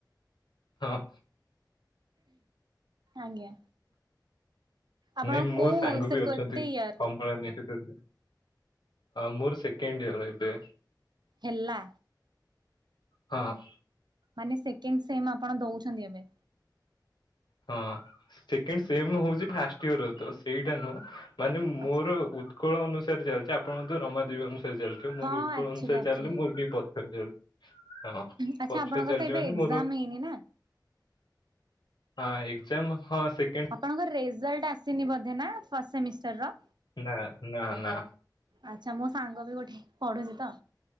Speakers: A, on the left; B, on the right.
A: ହଁ।
B: ଆଜ୍ଞା। ଆପଣ
A: ନାଇଁ ମୋ
B: କୋଉ
A: ସାଙ୍ଗ
B: ସେ
A: ବି ଅଛନ୍ତି
B: କେତେ ୟାର?
A: <unintelligible> ଆ, ମୋର ସେକେଣ୍ଡ ୟର ଏବେ।
B: ହେଲା?
A: ହଁ।
B: ମାନେ ସେକେଣ୍ଡ ସେମ୍ ଆପଣ ଦଉଛନ୍ତି ଏବେ?
A: ହଁ, ସେକେଣ୍ଡ ସେମ ହଉଚି ଫାଷ୍ଟ ଇୟର ତ, ସେଇଟା ନୁହଁ, ମାନେ ମୋର
B: ଆଚ୍ଛା
A: ଉ ଉତ୍କଳ ଅନୁସାରେ ଚାଲିଚି, ଆପଣଙ୍କୁୁ ତ ରମାଦେବୀ ଅନୁସାରେ ଚାଲି ମୋର
B: ହଁ
A: ଉତ୍କଳ
B: ଆକ୍ଚୁଆଲି
A: ଅନୁସାରେ
B: ଆକ୍ଚୁଆଲି
A: ଚାଲିନି, ମୋର ଟିକେ ପଛୁଆ ଚାଲି, ହଁ,
B: ଆଚ୍ଛା
A: ପଛୁଆ
B: ଆପଣଙ୍କର
A: ଚାଲିଚି
B: ତ ଏବେ
A: ମାନେ
B: ଏକ୍ଜାମ
A: ମୋର
B: ହେଇନି ନା?
A: ହଁ, ଏଗଜାମ ହଁ, ସେ
B: ଆପଣଙ୍କର ରେଜାଲ୍ଟ ଆସିନି ବୋଧେ ନା, ଫାଷ୍ଟ ସେମିଷ୍ଟାର ର।
A: ନା ନା ନା
B: ଆଛା, ମୋ ସାଙ୍ଗ ବି ଗୋଠେ ପଢୁଛି ତ,